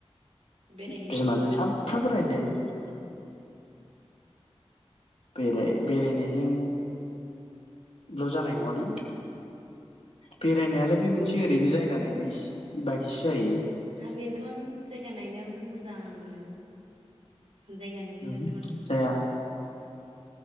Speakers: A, on the right; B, on the left.
A: बेरायहैदो
B: बिमाजों
A: होमबा
B: सानफ्रामबो
A: होमबानो
B: रायजायो
A: खामानि मोननो गोसो जागोन
B: बेराय बेरायनायजों लजानाय नङालै बेरायनायालाय बे मोनसे ओरैनो जायगा नायनाय बायदिसो जाहैयो
A: हा बेनोथ' जायगा नायनायावथ' मोजां मोनो जायगा नहै
B: उमहो
A: बान्थन
B: जाया